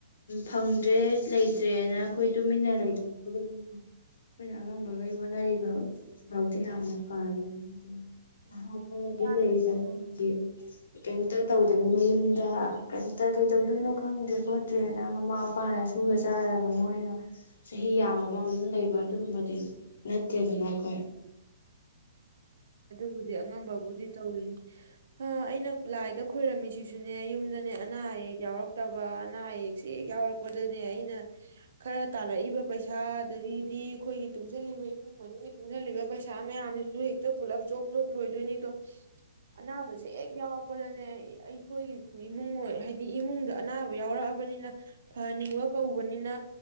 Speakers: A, on the left; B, on the right.
A: ꯐꯪꯗ꯭ꯔꯦ ꯂꯩꯇ꯭ꯔꯦꯅ ꯑꯩꯈꯣꯏ ꯇꯨꯃꯤꯟꯅ ꯂꯩꯊꯣꯛꯇꯕꯅꯤꯅ ꯑꯩꯈꯣꯏꯅ ꯑꯉꯝꯕꯈꯩ ꯍꯣꯠꯅꯔꯤꯕ ꯍꯧꯖꯤꯛꯐꯥꯎꯗꯤꯤ ꯌꯥꯝꯅ ꯐꯔꯕꯅꯤ ꯍꯥꯏꯗꯤ ꯅꯍꯥ
B: ꯃꯥꯅꯤ
A: ꯂꯩꯗꯅ ꯍꯧꯖꯤꯛ ꯀꯩꯝꯇ ꯇꯧꯗꯕꯤ ꯃꯌꯨꯝꯗ ꯀꯩꯝꯇ ꯀꯩ ꯇꯧꯗꯣꯏꯅꯣ ꯈꯪꯗ꯭ꯔꯦ ꯈꯣꯠꯇ꯭ꯔꯦꯅ ꯃꯃꯥ ꯃꯄꯥꯅ ꯑ ꯁꯒ ꯆꯥꯔꯒ ꯃꯣꯏꯅ ꯆꯍꯤ ꯌꯥꯝꯃꯐꯥꯎ ꯑꯗꯨꯝ ꯂꯩꯕ ꯑꯗꯨꯝꯕꯗꯤ ꯅꯠꯇ꯭ꯔꯦꯗꯅ ꯑꯩꯈꯣꯏ
B: ꯕꯨꯗꯤ ꯑꯉꯝꯕꯕꯨꯗꯤ ꯇꯧꯔꯤꯅꯦ ꯑꯩꯅ ꯂꯥꯏꯗ ꯈꯣꯏꯔꯝꯃꯤꯁꯤꯁꯨꯅꯦ ꯌꯨꯝꯗꯅꯦ ꯑꯅꯥ ꯑꯌꯦꯛ ꯌꯥꯎꯔꯛꯇꯕ ꯑꯅꯥ ꯑꯌꯦꯛꯁꯦ ꯍꯦꯛ ꯌꯥꯎꯔꯛꯄꯗꯅꯦ ꯑꯩꯅ ꯈꯔ ꯇꯥꯜꯂꯛꯏꯕ ꯄꯩꯁꯥ ꯑꯗꯒꯤꯗꯤ ꯑꯩꯈꯣꯏꯒꯤ ꯇꯨꯡꯁꯤꯜꯂꯤꯕ ꯏꯃꯨꯡ ꯃꯅꯨꯡꯒꯤ ꯇꯨꯡꯁꯤꯜꯂꯤꯕ ꯄꯩꯁꯥ ꯃꯌꯥꯝ ꯁꯨ ꯍꯦꯛꯇ ꯄꯨꯜꯂꯞ ꯖꯣꯕ ꯖꯣꯕ ꯂꯣꯏꯗꯣꯏꯅꯤꯗꯣ ꯑꯅꯥꯕꯁꯦ ꯍꯦꯛ ꯌꯥꯎꯔꯛꯄꯗꯅꯦ ꯑꯩꯈꯣꯏꯒꯤꯁꯨ ꯏꯃꯨꯡ ꯑꯣꯏ ꯍꯥꯏꯗꯤ ꯏꯃꯨꯡꯗ ꯑꯅꯥꯕ ꯌꯥꯎꯔꯛꯑꯕꯅꯤꯅ ꯐꯍꯟꯅꯤꯡꯕ ꯀꯧꯕꯅꯤꯅ